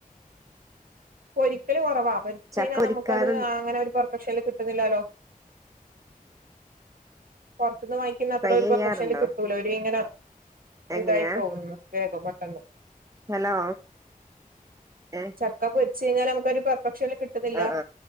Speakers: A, on the right; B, on the right.
A: പൊരിക്കല് കൊറവാ പൊരിച്ചഴ്ഞ്ഞാനമുക്കത്
B: ചക്ക പൊരിക്കാറുണ്ടോ
A: അങ്ങനൊരു പൊർഫെക്ഷൻല് കിട്ട്ന്ന്ല്ലാലോ പൊറ്ത്ത്ന്ന് വാങ്ങിക്കുന്നത്ര
B: ഫ്രൈ
A: ഒരു
B: ചെയ്യാറുണ്ടോ
A: പെർഫക്ഷൻല് കിട്ടൂല ഒര്ങ്ങനെ
B: എങ്ങനെയാ
A: ഇതായിപോവ്ന്ന് വേഗം പെട്ടന്ന്
B: ഹലോ ഏഹ്
A: ചക്കപൊര്ച്ചഴിഞ്ഞാലാമ്മക്കൊര് പെർഫെക്ഷൻല് കിട്ടുന്നില്ല
B: ആ ആ